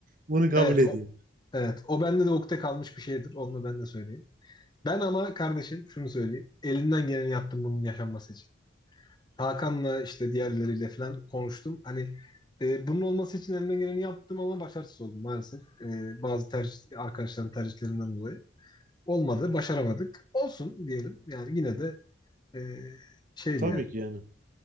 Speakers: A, on the right; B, on the left.
A: Bunu kabul
B: Evet
A: edeyim.
B: o, evet o bende de ukde kalmış bir şeydir. Onu ben de söyleyeyim. Ben ama kardeşim şunu söyleyeyim. Elimden geleni yaptım bunun yaşanması için. Hakan'la işte diğerleriyle falan konuştum. Hani e, bunun olması için elimden geleni yaptım ama başarısız oldum maalesef. E, bazı tercih, arkadaşların tercihlerinden dolayı. Olmadı, başaramadık. Olsun diyelim. Yani yine de e, şeydi
A: Tabii
B: yani.
A: ki yani.